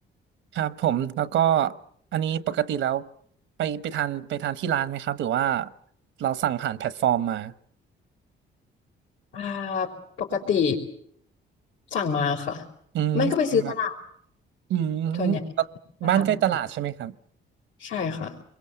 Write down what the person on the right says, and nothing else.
<laughs> ครับผมแล้วก็อันนี้ปกติแล้วไปไปทานไปทานที่ร้านไหมครับหรือว่าเราสั่งผ่านแพลตฟอร์มมา
อืม
อืมบ้านใกล้ตลาดใช่ไหมครับ